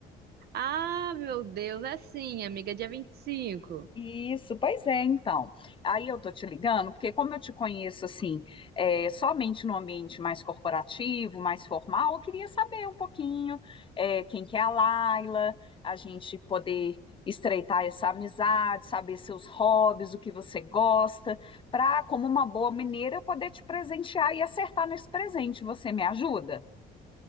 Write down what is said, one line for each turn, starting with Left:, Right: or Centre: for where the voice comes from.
Right: Ah, meu Deus, é sim, amiga, é dia 25.
Left: Isso, pois é, então. Aí eu tô te ligando, porque como eu te conheço assim, é, somente no ambiente mais corporativo, mais formal, eu queria saber um pouquinho, é, quem que é a Laila, a gente poder estreitar essa amizade, saber seus hobbies, o que você gosta, para, como uma boa mineira, eu poder te presentear e acertar nesse presente. Você me ajuda?